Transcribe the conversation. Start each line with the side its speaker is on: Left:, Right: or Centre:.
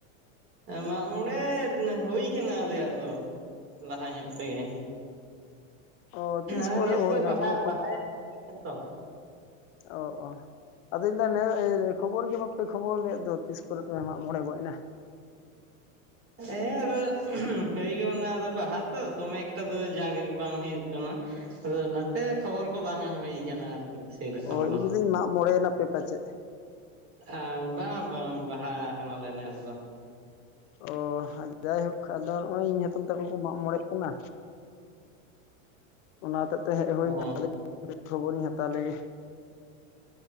Right: ᱢᱟᱜᱢᱚᱬᱮ ᱦᱩᱭ ᱠᱟᱱᱟ ᱟᱞᱮᱭᱟᱜ ᱫᱚ ᱞᱟᱦᱟ ᱧᱚᱜ ᱛᱮᱜᱮ
Left: ᱚ ᱛᱤᱥ
Right: ᱟ
Left: ᱠᱚᱨᱮ
Right: ᱱᱮᱥ
Left: ᱦᱩᱭᱱᱟ
Right: ᱫᱚ ᱵᱟᱦᱟ
Left: ᱠᱳᱱᱳ ᱠᱷᱚ
Right: ᱵᱟᱦᱟ <unintelligible> ᱭᱚ
Left: ᱚ ᱚ ᱟᱫᱚᱧ ᱢᱮᱱ ᱮᱫᱟ ᱮᱱ ᱠᱷᱚᱵᱚᱨ ᱜᱮ ᱵᱟᱯᱮ ᱠᱷᱚᱵᱚᱨ ᱞᱮᱫ ᱫᱚ ᱛᱤᱥ ᱠᱚᱨᱮ ᱯᱮ ᱢᱟᱜ ᱢᱚᱬᱮ ᱜᱚᱫ ᱮᱱᱟ <inaudible>
Right: ᱦᱮᱸ ᱟᱫᱚ ᱦᱩᱭ ᱜᱚᱫᱱᱟ ᱟᱫᱚ ᱵᱟᱦᱟ ᱛᱚ ᱫᱚᱢᱮ ᱮᱠᱴᱟ ᱫᱚ ᱡᱟᱡᱮ ᱵᱟᱝ ᱦᱩᱭᱩᱜ ᱠᱟᱱᱟ ᱟᱫᱚ ᱱᱟᱛᱮ ᱠᱷᱚᱵᱚᱨ ᱠᱚ ᱵᱟᱝ ᱮᱢ ᱦᱩᱭᱩᱠᱟᱱᱟ ᱟᱨᱠᱤ ᱥᱮᱨᱚᱠᱟᱢ
Left: ᱚ
Right: ᱫᱚ
Left: ᱤᱧ ᱞᱟᱹᱭᱫᱟᱹᱧ ᱢᱟᱜ ᱢᱚᱬᱮᱭᱮᱱᱟᱯᱮ ᱯᱟᱪᱮᱫ
Right: ᱟᱢ ᱵᱟᱝ ᱵᱟᱝ ᱵᱟᱦᱟ ᱠᱟᱱᱟᱞᱮ ᱱᱮᱥ ᱫᱚ
Left: ᱚ ᱡᱟᱭᱦᱳᱠ ᱟᱫᱚ ᱱᱚᱜᱼᱚᱭ ᱤᱧ ᱦᱟᱛᱚᱢ ᱛᱟᱠᱚ ᱠᱚ ᱢᱟᱜ ᱢᱚᱬᱮᱜ ᱠᱟᱱᱟ ᱚᱱᱟ ᱦᱚᱛᱮᱜ ᱛᱮ ᱦᱮᱡ ᱦᱩᱭ
Right: ᱚ
Left: ᱠᱟᱱᱟ <unintelligible> ᱠᱷᱚᱵᱚᱨᱤᱧ ᱦᱟᱛᱟᱣ ᱞᱮᱜᱮ